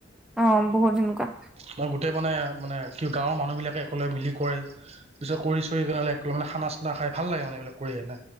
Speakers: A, in the centre; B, on the right (about 30°).
A: অ' বহুত সেনেকুৱা।
B: ন গোটেই মানে মানে কি গাঁৱৰ মানুহ বিলাকে একেলগে মিলি কৰে। পিছত কৰি চৰি কেনে মানে খানা চানা খাই ভাল লাগে মানে এইবিলাক কৰি কিনে।